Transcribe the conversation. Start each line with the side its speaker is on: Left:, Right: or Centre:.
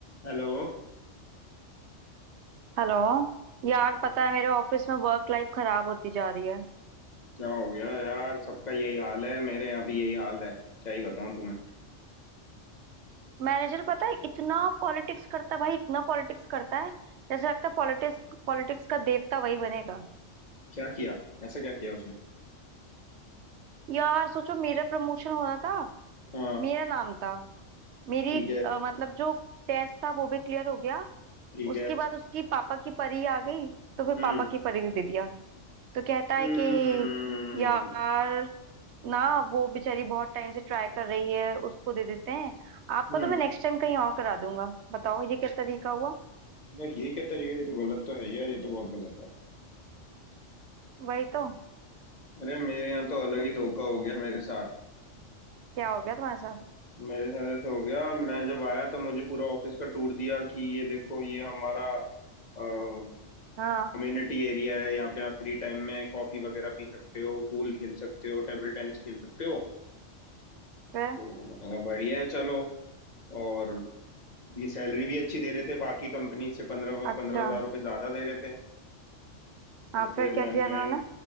Left: Hello
Right: Hello यार पता है मेरे ऑफिस में वर्क लाइफ खराब होती जा रही है
Left: क्या हो गया यार सबका यही हाल है मेरे यहाँ भी यही हाल है क्या ही बताऊं तुम्हें
Right: मैनेजर पता है इतना पॉलिटिक्स करता है भाई इतना पॉलिटिक्स करता है जैसे लगता है पॉलिटिक्स पॉलिटिक्स का देवता वही बनेगा
Left: क्या किया ऐसा क्या किया उसने
Right: यार सोचो मेरा प्रमोशन होना था
Left: हाँ
Right: मेरा नाम था मेरी
Left: ठीक है
Right: अ, मतलब जो टेस्ट था वो भी क्लियर हो गया
Left: ठीक
Right: उसके
Left: है
Right: बाद उसकी पापा की परी आ गई तो फिर
Left: हम्म
Right: पापा की परी को दे दिया तो कहता है
Left: हम्म
Right: कि
Left: हम्म
Right: यार ना वो बेचारी बहुत टाइम से ट्राई कर रही है उसको दे देते हैं आपका
Left: हम्म।
Right: तो मैं नेक्स्ट टाइम कहीं और करा दूंगा बताओ ये क्या तरीका हुआ
Left: यार ये क्या तरीका है? ये तो गलत तो है यार ये तो बहुत गलत है
Right: वही तो
Left: अरे मेरे यहाँ तो अलग
Right: हम्म,
Left: ही धोखा हो गया मेरे साथ
Right: क्या हो गया तुम्हारे साथ
Left: मेरे साथ ऐसा हो गया मैं जब आया तो मुझे पूरा ऑफिस का टूर दिया कि ये देखो ये हमारा कम्युनिटी
Right: हाँ
Left: एरिया है यहाँ पे आप फ्री टाइम में कॉफी वगैरह पी सकते हो पूल खेल सकते हो टेबल टेनिस खेल सकते हो
Right: फिर
Left: तो मैंने कहा बढ़िया है चलो और ये सैलरी भी अच्छी दे रहे थे बाकी कंपनी से पंद्रह
Right: अच्छा
Left: पंद्रह हजार रुपये ज्यादा दे रहे थे तो
Right: हाँ
Left: फिर
Right: फिर क्या
Left: मैंने
Right: किया
Left: ज्वाइन
Right: इन्होंने